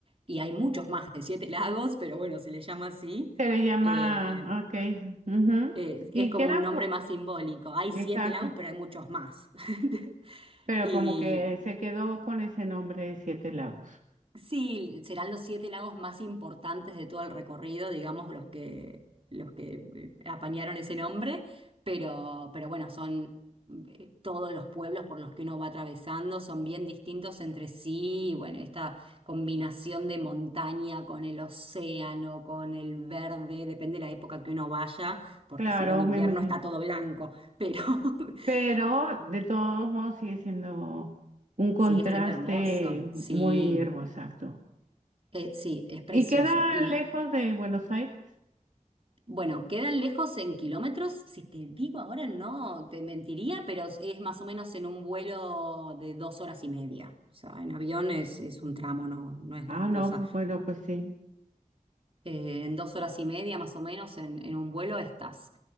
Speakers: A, on the right (about 40°); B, on the right (about 60°).
A: y hay muchos más de siete lagos, pero bueno, se le llama así,
B: Se le llama,
A: eh,
B: ah, ok, ujú,
A: eh,
B: Y
A: es como
B: queda,
A: un nombre
B: fu-
A: más simbólico, hay
B: exacto,
A: siete lagos, pero hay muchos más. <laughs>
B: pero
A: Y,
B: como que se quedó con ese nombre de Siete Lagos.
A: Sí, serán los siete lagos más importantes de todo el recorrido, digamos, los que, los que eh, apañaron ese nombre, pero, pero bueno, son eh, todos los pueblos por los que uno va atravesando, son bien distintos entre sí, y bueno, esta combinación de montaña con el océano, con el verde, depende de la época que uno vaya, porque
B: Claro,
A: si va en invierno
B: me imagino.
A: está todo blanco, pero <laughs>
B: pero de todos modos sigue siendo un contraste
A: sigue siendo hermoso,
B: muy
A: sí.
B: hermoso. exacto.
A: eh, sí, es precioso.
B: ¿Y queda
A: y
B: lejos de Buenos Aires?
A: Bueno, quedan lejos en kilómetros. Si te digo ahora no, te mentiría, pero es es más o menos en un vuelo de dos horas y media. O sea, en avión es, es un tramo, no, no es
B: Ah,
A: gran cosa.
B: no, bueno, pues sí.
A: Eh, en dos horas y media más o menos en, en un vuelo estás.